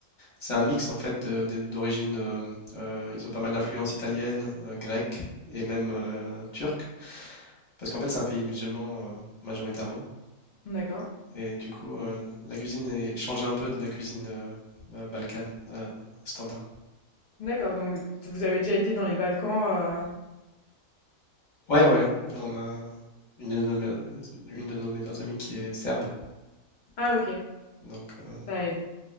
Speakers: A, on the left (about 35°); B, on the left (about 60°).
A: c'est un mix en fait de- de- d'origine. euh, euh, ils ont pas mal d'influences italiennes, euh, grecques et même euh, turques, parce qu'en fait c'est un pays musulman euh, majoritairement.
B: D'accord.
A: Et du coup, euh, la cuisine est- change un peu de la cuisine euh, euh, balkane euh, standard.
B: D'accord, donc tu- vous avez déjà été dans les Balkans. euh,
A: Ouais, ouais. On a une de nos, me- une de nos meilleures amies qui est serbe,
B: Ah ok,
A: donc euh,
B: ça aide.